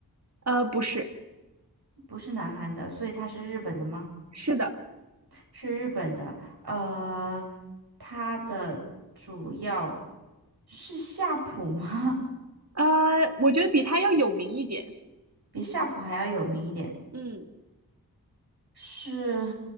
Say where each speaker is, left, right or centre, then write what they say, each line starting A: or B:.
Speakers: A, on the right; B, on the right.
A: 呃，不是，
B: 不是南韩的，所以它是日本的吗？
A: 是的，
B: 是日本的。呃，它的主要是夏普吗？
A: 呃，我觉得比他要有名一点。
B: <laughs> 比夏普还要有名一点。
A: 嗯，
B: 是，